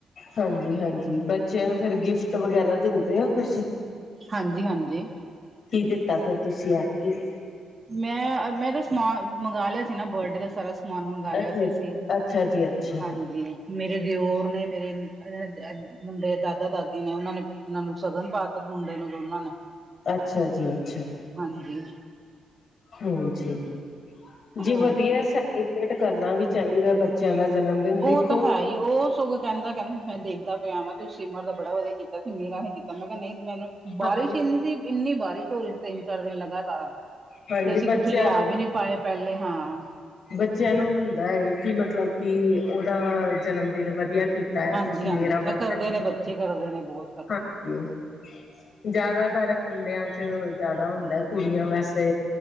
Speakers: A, on the left; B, on the right.
A: ਹਾਂਜੀ ਹਾਂਜੀ। ਬੱਚੇ ਨੂੰ ਫਿਰ ਗਿਫਟ ਵਗੈਰਾ ਦਿੰਦੇ ਐ ਕੁਝ
B: ਹਾਂਜੀ ਹਾਂਜੀ
A: ਕੀ ਦਿੱਤਾ ਫੇਰ ਤੁਸੀਂ ਆ ਕੇ।
B: ਮੈਂ- ਮੈਂ ਤਾਂ ਸਮਾਨ ਮੰਗਵਾ ਲਿਆ ਸੀ। ਨਾ ਬਰਡੇ ਦਾ ਸਾਰਾ ਸਮਾਨ ਮੰਗ ਲਿਆ
A: ਅੱਛਾ
B: ਸੀ ਅਸੀਂ
A: ਅੱਛਾ ਜੀ ਅੱਛਾ
B: ਹਾਂਜੀ। ਮੇਰੇ ਦੇਓਰ ਨੇ ਮੇਰੇ ਮੁੰਡੇ ਦਾਦਾ-ਦਾਦੀ ਨੇ, ਉਹਨਾਂ ਨੇ ਇਹਨਾਂ ਨੂੰ ਸ਼ਗਨ ਪਾਤਾ ਮੁੰਡੇ ਦੇ ਦੋਨਾਂ ਨੇ
A: ਅੱਛਾ ਜੀ ਅੱਛਾ।
B: ਹਾਂਜੀ
A: ਹੂੰ ਜੀ। ਜੀ
B: ਹੋਰ
A: ਵਧੀਆ
B: ਸੁਣਾ
A: ਸੈਲੀਬ੍ਰੇਟ ਕਰਨਾ ਵੀ ਚਾਹੀਦਾ ਬੱਚਿਆਂ ਦਾ ਜਨਮ ਦਿਨ ਦੇਖੋ
B: ਉਹ ਤਾਂ ਹੈ ਹੀ ਏ। ਉਹ ਸਗੋ ਕਹਿੰਦਾ-ਕਹਿੰਦਾ ਮੈਂ ਦੇਖਦਾ ਪਿਆਵਾਂ ਤੇ ਸਿਮਰ ਦਾ ਬੜਾ ਵਧੀਆ ਕੀਤਾ ਸੀ ਮੇਰਾ ਹ ਕੀਤਾ ਮੈਂ ਕਿਹਾ ਨਹੀਂ ਮੈਨੂੰ,
A: ਹਾਂਜੀ
B: ਬਾਰਿਸ਼ ਸੀ ਇੰਨੀ ਬਾਰਿਸ਼ ਹੋ ਰਹੀ ਸੀ। ਤਿੰਨ-ਚਾਰ ਦਿਨ ਲਗਾਤਾਰ।
A: ਹਾਂਜੀ
B: ਤੇ ਅਸੀਂ
A: ਬੱਚਿਆਂ
B: ਕੁਛ ਲਿਆ
A: ਨੂੰ
B: ਵੀ ਨਹੀਂ ਪਾਏ ਪਹਿਲੇ ਉਨ੍ਹਾਂ ਨੇ।
A: ਬੱਚਿਆਂ ਨੂੰ ਹੁੰਦਾ ਹੈ ਕਿ ਮਤਲਬ ਕਿ ਉਹਦਾ ਜਨਮ ਦਿਨ ਵਧੀਆ ਕੀਤਾ। ਹੈ
B: ਹਾਂਜੀ
A: ਤੇ, ਸਿਮਰਨ
B: ਹਾਂਜੀ
A: ਨਾਲ ਵੱਡਾ
B: ਇਹ ਕਰਦੇ
A: ਬੌਬੀ
B: ਨੇ ਬੱਚੇ ਕਰਦੇ ਨੇ ਬਹੁਤ ਕਰਦੇ
A: ਘੱਟ
B: ਨੇ
A: ਨੀ ਉਹ। ਜ਼ਿਆਦਾਤਰ ਮੁੰਡਿਆਂ ਚ ਜ਼ਿਆਦਾ ਹੁੰਦਾ। ਕੁੜੀਆਂ ਵੈਸੇ